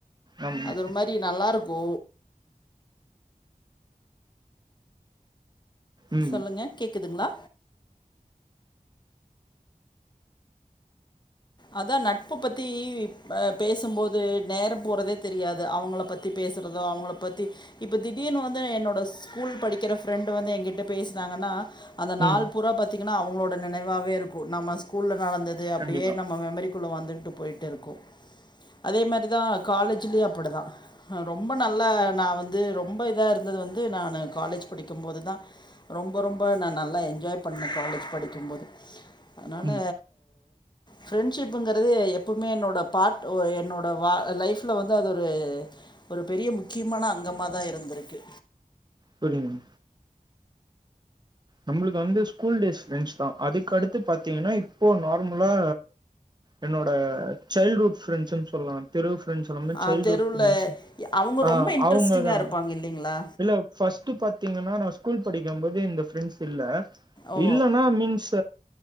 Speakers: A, on the right; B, on the left.
A: ஆமாங்க
B: அது ஒரு மாரி நல்லாருக்கு
A: ம்
B: சொல்லுங்க கேக்குதுங்ளா அதா நட்பு பத்தி பேசும்போது நேரோ போறதே தெரியாது அவங்கள பத்தி அவங்கள பத்தி பேசுறதோ அவங்கள பத்தி இப்ப திடீர்னு வந்து என்னோட ஸ்கூல் படிக்கிற ஃப்ரெண்டு் வந்து என்கிட்ட பேசுனாங்கன்னா அந்த நாள்
A: ம்
B: பூரா பாத்தீங்கன்னா அவங்களோட நினைவாவே இருக்கு நம்ம ஸ்கூல்ல நடந்தது அப்படியே
A: கண்டிப்பா
B: மெமரிக்குள்ள வந்துட்டு போய்ட்டு இருக்கு அதே மாரிதா காலேஜ்லியு அப்டிதா ரொம்ப நல்லா நா வந்து ரொம்ப இதா இருந்தது வந்து நானு காலேஜ் படிக்கும்போதுதா ரொம்ப ரொம்ப நா நல்லா என்ஜாய் பண்ணே காலேஜ் படிக்கும்போது அதுனால
A: ம்
B: ஃப்ரெண்ட்ஷிப்புங்கறது எப்பவுமே என்னோட பார்ட் என்னோட வா லைஃப்ல வந்து அது ஒரு ஒரு பெரிய முக்கியமான அங்கமா தா இருந்திருக்கு
A: புரியுதுங்க நம்ளுக்கு வந்து ஸ்கூல் டேஸ் பிரெண்ட்ஸ் தா அதுக்கடுத்து பாத்திங்கன்னா இப்போ நார்மலா என்னோட சைல்ட்ஹுட் ஃப்ரெண்ட்ஸ்ன்னு சொல்லா தெரு ஃப்ரெண்ட்ஸ் வந்து
B: ஆ
A: சைல்ட்ஹுட்
B: தெருவுல
A: ஃப்ரெண்ட்ஸ்
B: அவங்க
A: ஆ
B: ரொம்ப இன்ட்ரெஸ்ட்டிங்கா
A: அவுங்க தா
B: இருப்பாங்க இல்லைங்களா
A: இல்ல ஃபஸ்ட் பாத்திங்கன்னா நா ஸ்கூல் படிக்க போது இந்த ஃப்ரெண்ட்ஸ் இல்ல
B: ஓ
A: இல்லன்னா மீன்ஸ்